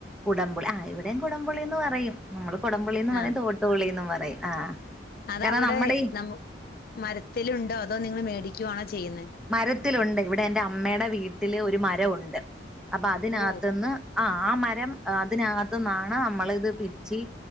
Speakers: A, in the centre; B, on the left.
A: കുടംപുളി ആ ഇവിടെയും കുടംപുളിന്ന് പറയും നമ്മള് കുടംപുളിന്ന് പറയും
B: ആ
A: തോട്ടുപുളിന്നും പറയും ആഹ്
B: അതവിടെ
A: കാരണം നമ്മുടെ ഈ
B: ന മരത്തിലുണ്ടോ അതോ നിങ്ങൾ മേടിക്കുവാണോ ചെയ്യുന്നേ
A: മരത്തിലുണ്ട് ഇവിടെ എറെ അമ്മയുടെ വീട്ടില് ഒരു മരംഒണ്ട് അപ്പൊ അതിനകത്തുന്ന്
B: ഓ
A: ആഹ് ആ മരം അതിനകത്തന്നാണ് നമ്മള് ഇത് പിച്ചി